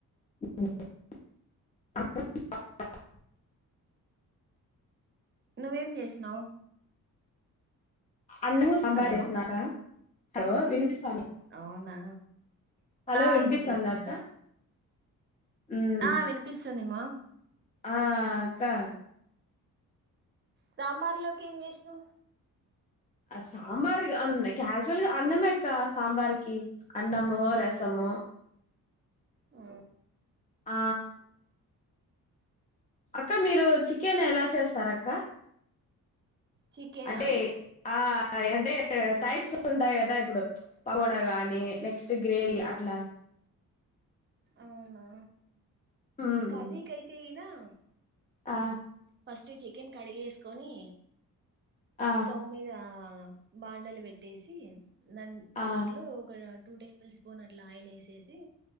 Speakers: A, on the left; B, on the right.
A: <inaudible>
B: నువ్వేం జేసినవు?
A: అన్నము సాంబార్
B: హలో
A: జేస్నాక్క హలో ఇనిపిస్
B: అవునా
A: హలో
B: ఆ
A: వినిపిస్తాందా
B: వినిపిస్తుంది
A: అక్క మ్మ్
B: ఆ వినిపిస్తుంది మ్మా
A: ఆ అక్కా
B: సాంబార్ లోకి ఏం జేసినవ్?
A: ఆ సాంబార్ అన్న క్యాజువల్ గా అన్నమేక్క ఆ సాంబార్కి అన్నము, రసము
B: ఆ
A: ఆ అక్క మీరు చికెన్ ఎలా చేస్తారక్క?
B: చికెనా
A: అంటే ఆ టాయ్ అంటే టైప్స్ ఉంటాయి గదా ఇప్పుడు పకోడా గానీ నెక్స్ట్ గ్రేవీ అట్లా
B: అవునా
A: మ్మ్
B: కర్రీ కైతే ఈనా అ
A: ఆ
B: ఫస్ట్ చికెన్ కడిగేసుకొని
A: ఆ
B: స్టౌ మీద బాండలి పెట్టేసి దాన్ ముక్
A: ఆ
B: దాంట్లో ఒక టూ టేబు ఫుల్ స్పూన్ అట్లా ఆయిల్ వేసేసి